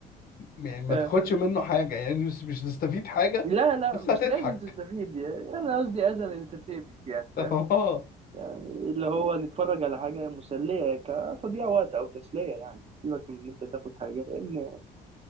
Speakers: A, on the left; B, on the right.
A: يعني ما
B: آه.
A: تاخدش منه حاجه يعني مش مش هتستفيد حاجه
B: لا لا
A: بس
B: مش
A: هتضحك
B: لازم تستفيد يعني أنا قصدي أز أن انترتينمنت يعني
A: <laughs> اه
B: يعني اللي هو نتفرج على حاجة مسلية كتضييع وقت أو تسلية يعني سيبك من إن أنت تاخد حاجة لأن